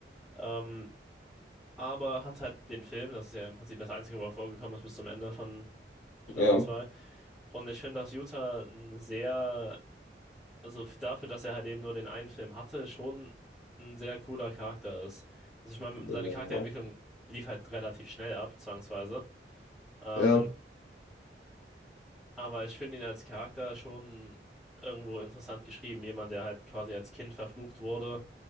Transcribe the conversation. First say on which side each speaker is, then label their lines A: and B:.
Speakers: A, in the centre; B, on the left.
A: Ähm, aber hat halt den Film, das ist ja im Prinzip das Einzige, wo er vorgekommen ist bis zum Ende von Staffel
B: Ja,
A: zwei Und ich finde, dass Utah ein sehr, also f- dafür, dass er halt eben nur den einen Film hatte, schon ein sehr cooler Charakter ist. Also ich meine,
B: ja,
A: seine Charakterentwicklung lief halt relativ schnell ab, zwangsweise. Ähm,
B: ja.
A: Aber ich finde ihn als Charakter schon irgendwo interessant geschrieben. Jemand, der halt quasi als Kind verflucht wurde,